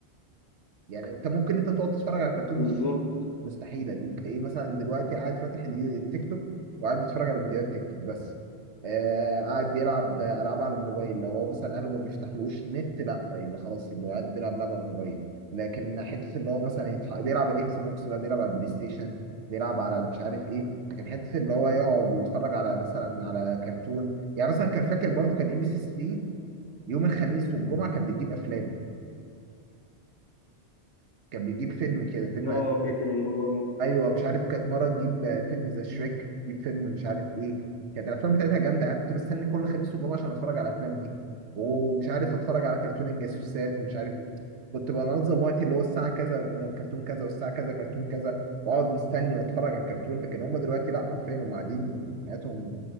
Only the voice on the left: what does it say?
بالظبط
اه فاكر الموضوع ده